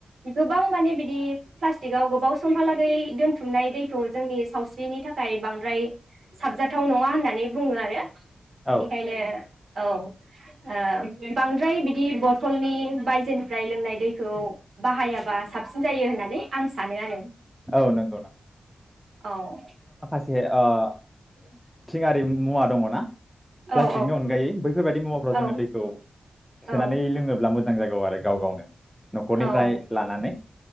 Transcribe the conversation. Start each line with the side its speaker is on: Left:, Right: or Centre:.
Right: गोबां माने बिदि प्लास्टिकआव गोबाव समहालागै दोनथुमनाय दैखौ जोंनि सावस्रिनि थाखाय बांद्राय साबजाथाव नङा होननानै बुङो आरो बेनिखायनो
Centre: औ
Right: औ ओ बांद्राय बिदि बथलनि बायजोनिफ्राय लोंनाय दैखौ बाहायाबा साबसिन जायो होननानै आं सानो आरो
Centre: औ नंगौ
Right: औ
Centre: से ओ
Right: <unintelligible>
Centre: हारिम मुवा दङना? प्लास्टिकनि
Right: औ
Centre: अनगायै बैफोरबायदि मुवाफोराव
Right: औ
Centre: जोङो दैखौ
Right: औ
Centre: सोनानै लोङोब्ला मोजां जागौ आरो गाव गावनो न'खरनिफ्राय
Right: औ
Centre: लानानै